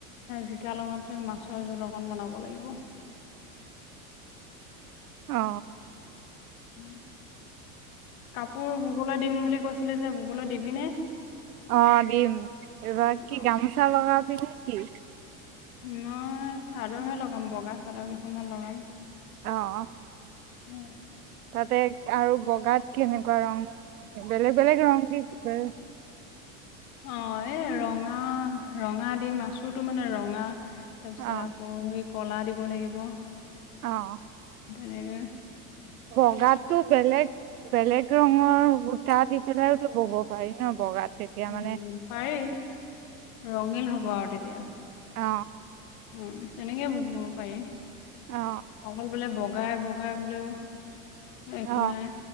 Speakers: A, on the left; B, on the right.
A: জিকা লগতে মাছৰ জোল অকণ বনাব লাগিব।
B: অ
A: নি <unintelligible> কাপোৰ ববলৈ দিম বুলি। কৈছিলো যে বুবলৈ দিবি নে?
B: অ' দিম। এইবাৰ কি
A: অঁ
B: গামোচা লগাবিনেকি?
A: মই চাদৰহে লগাম বগা চাদৰ কেইখনমান লগাম।
B: অহ,
A: উম
B: তাতে আৰু বগাত কেনেকুৱা ৰং বেলেগ-বেলেগ ৰ‌ং দি দিবা।
A: অ এ ৰঙা-ৰঙা দি মাছোটো মানে ৰঙা, তাৰপিছত
B: অ
A: আকৌ কলা দিব লাগিব।
B: অ'।
A: তেনেকে
B: বগাতো বেলেগ বেলেগ ৰঙৰ সূতা দি সেই ডালতো ব'ব পাৰি। ন বগাত তেতিয়া
A: উ
B: মানে
A: পাৰি ৰঙিল হ'ব আৰু তেতিয়া।
B: আ
A: উম তেনেকে ব'ব পাৰি।
B: অ
A: অকল বোলে বগা গাই বগাই বুলিও একো
B: অ
A: নাই।